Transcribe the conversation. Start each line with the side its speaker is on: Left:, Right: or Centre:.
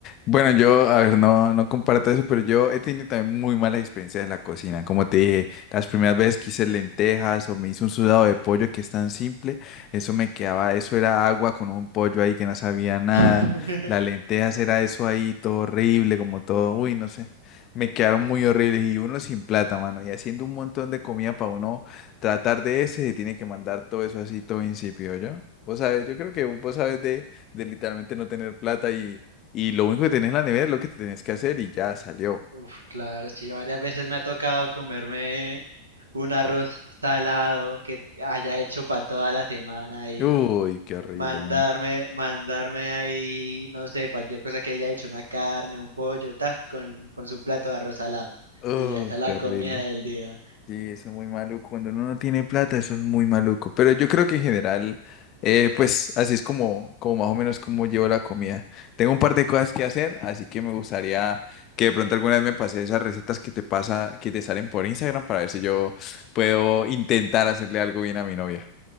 Left: Bueno, yo, a ver, no, no comparto eso, pero yo he tenido también muy malas experiencias en la cocina. Como te dije, las primeras veces que hice lentejas o me hice un sudado de pollo que es tan simple, eso me quedaba, eso era agua con un pollo ahí que no sabía nada.
Right: <laughs>
Left: Las lentejas era eso ahí, todo horrible, como todo, uy, no sé. Me quedaron muy horribles y uno sin plata, mano, y haciendo un montón de comida para uno tratar de ese, se tiene que mandar todo eso así, todo insípido, ¿yo? Vos sabés, yo creo que vos sabés de literalmente no tener plata y, y lo único que tenés en la nevera es lo que te tenés que hacer y ya salió.
Right: Uf, claro, sí, varias veces me ha tocado comerme un arroz salado que haya hecho para toda la semana y
Left: Uy, qué horrible,
Right: mandarme,
Left: man.
Right: mandarme ahí, no sé, cualquier cosa que haya hecho, una carne, un pollo, ta, con, con su plato de arroz salado.
Left: Uy,
Right: Y ya esa es la
Left: qué horrible.
Right: comida del día.
Left: Sí, eso es muy maluco. Cuando uno no tiene plata, eso es muy maluco. Pero yo creo que en general, eh, pues así es como, como más o menos como llevo la comida. Tengo un par de cosas que hacer, así que me gustaría que de pronto alguna vez me pase esas recetas que te pasa, que te salen por Instagram para ver si yo puedo intentar hacerle algo bien a mi novia.